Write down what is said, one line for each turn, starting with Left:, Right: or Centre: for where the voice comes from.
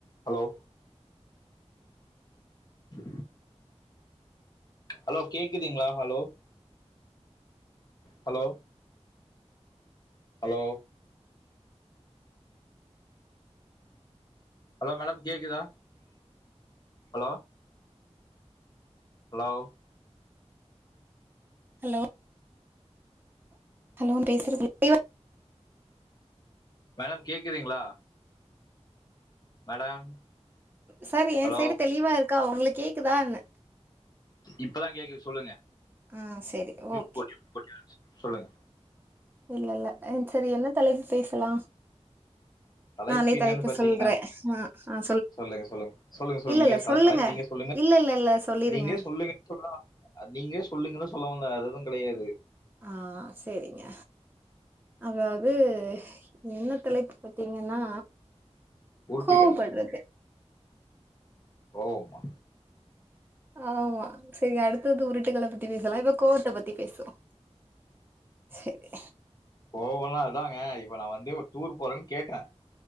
Left: Hello ட்ரு hello கேக்குதுங்களா hello hello hello hello madam கேக்குதா ஹலோ ஹலோவ்
Right: ஹலோ ஹலோ பேசுறது <inaudible>
Left: மேடம் கேக்குதுங்களா மேடம்
Right: சார் ஏ
Left: ஹலோ
Right: சைடு தெளிவா இருக்கா உங்களுக் கேக்குதா ன்ன
Left: இப்பதா கேக்குது சொல்லுங்க
Right: ஆ செரி
Left: மியூட்
Right: ஓகே
Left: போட்டு சொல்லுங்க
Right: இல்லல்ல ஆ செரி என்ன தலை பேசலா
Left: தலைப்பு
Right: நானே
Left: என்னன்னு பாத்தீங்னா
Right: சொல்றே ஆ ஆ
Left: சொல்லுங்க சொல்லுங் சொல்லுங்க சொல்லு
Right: இல்ல
Left: நீங்க
Right: இல்ல
Left: தலைப்
Right: சொல்லுங்க
Left: தலைப்பு நீங்களே சொல்லுங்க
Right: இல்ல இல்ல இல்ல சொல்லிருங்க
Left: நீங்களே சொல்லுங்க சொன்னா நீங்களே சொல்லுங்கன்னு சொல்ல வந் வேற எதூ கெடையாது
Right: ஆ செரிங்க அதாவ்து என்ன தலைப்பு பாத்தீங்கன்னா
Left: உருட்டுகள்
Right: கோவ்படுறது
Left: கோவ்மா
Right: ஆமா செரி அடுத்தது உரு த்துகள பத்தி பேசலா இப்போ கோவத்த பத் தி பேசுவோ சரி
Left: கோவோலா அதாங்க இப்ப நா வந்து டூர் போறேன் கேட்டே